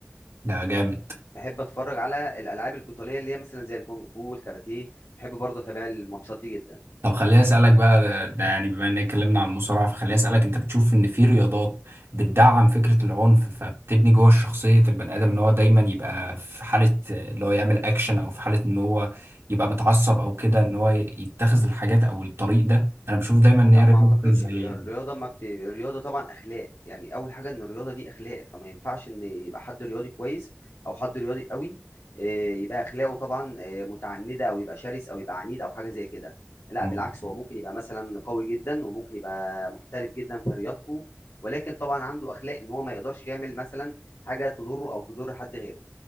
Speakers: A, on the right; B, on the left.
A: ده جامد
B: بحب اتفرج على الالعاب القتاليه اللي هي مثلا زي الكونغ فو والكاراتيه بحب برضه اتابع الماتشات دي جدا
A: طب خليني اسالك بقى ده ده يعني بما ان اتكلمنا عن المصارعه فخليني اسالك انت بتشوف ان في رياضات بتدعم فكره العنف فبتبني جوه شخصيه البني ادم ان هو دايما يبقى في حاله اللي هو يعمل اكشن او في حاله ان هو يبقى متعصب او كده ان هو يتخذ الحاجات او الطريق ده انا بشوف دايما ان
B: لا
A: هي رياضه
B: ما اعتقدش
A: زي
B: هي الرياضه ما بت... الرياضه طبعا اخلاق يعني اول حاجه ان الرياضه دي اخلاق فما ينفعش ان يبقى حد رياضي كويس او حد رياضي قوي آه، يبقى اخلاقه طبعا آه، متعنده او يبقى شرس او يبقى عنيد او حاجه زي كده لا
A: ال-
B: بالعكس هو ممكن يبقى مثلا قوي جدا وممكن يبقى محترف جدا في رياضته ولكن طبعا عنده اخلاق ان هو ما يقدرش يعمل مثلا حاجه تضره او تضر حد غيره